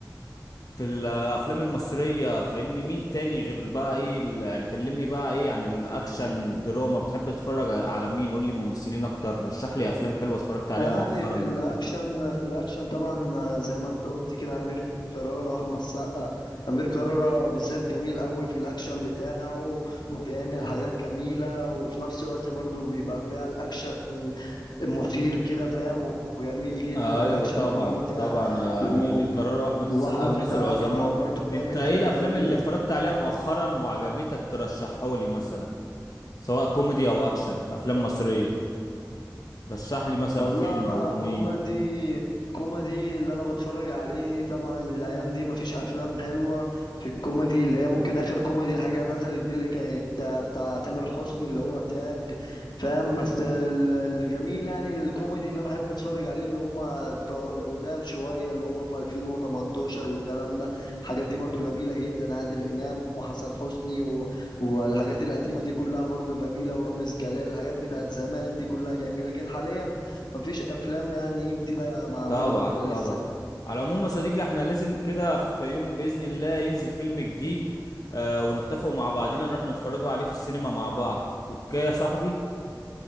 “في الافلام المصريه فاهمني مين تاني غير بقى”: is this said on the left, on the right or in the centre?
Left